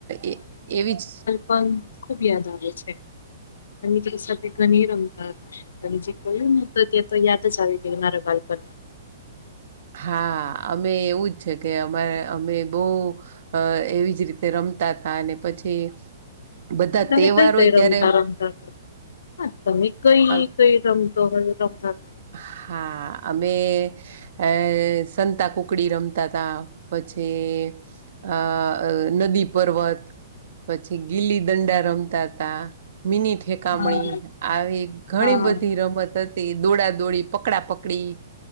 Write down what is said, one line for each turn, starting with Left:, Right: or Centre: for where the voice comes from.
Right: એ એવી જ
Left: પણ ખુબ યાદ આવે છેની તર સાથે ઘણી રમદાર અને જે ક્યું તો તે તો યાદ જ આવી ગય મારા બાલપણમાં
Right: હા અમે એવું જ છે કે અમારે અમે બહુ અ એવી જ રીતે રમતા હતાા અને પછી બધા
Left: તમે
Right: તહેવાર
Left: કઈ કઈ
Right: હોય
Left: રમતા
Right: ત્યારે
Left: રમતા તો હા તમે કઈ
Right: અ,
Left: કઈ રમતો હ રમતા
Right: હા અમે એ સંતા કુકડી રમતા હતા પછી અ નદી પર્વત પછી ગીલી દંડા રમતા હતા મિની ઠેકામણી
Left: હા
Right: આવી ઘણી
Left: હા
Right: બધી રમત હતી દોડા દોડી પકડા પકડી